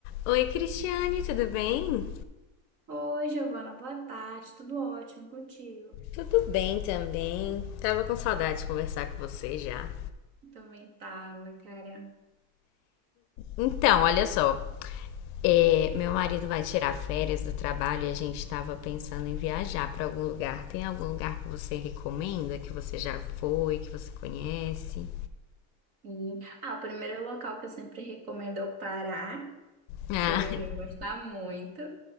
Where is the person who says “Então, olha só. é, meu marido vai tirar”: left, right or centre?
Left